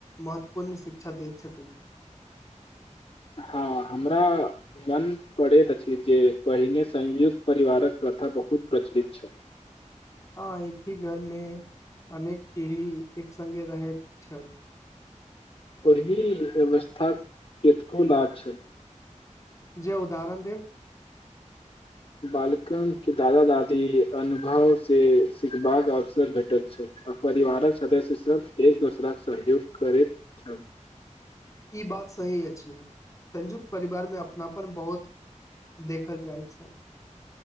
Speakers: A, on the left (about 25°); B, on the left (about 45°).
A: महत्वपूर्ण शिक्षा दैत छथिन
B: हँ हमरा मन पड़ैत अछि जे पहिने संयुक्त परिवारक प्रथा बहुत प्रचलित छल
A: हँ एक ही घर मे अनेक पीढ़ी एक सङ्गे रहैत छल
B: ओही अवस्था केतको न छै
A: ज उदाहरण देव
B: बालकनक के दादा दादी अनुभवसे सिखबाक अवसर भेटल छल आ परिवारक सदस्यसभ एक दोसराक सहयोग करैत छल
A: ई बात सही अछि संयुक्त परिवार मे अपनापन बहुत देखल जाइत छल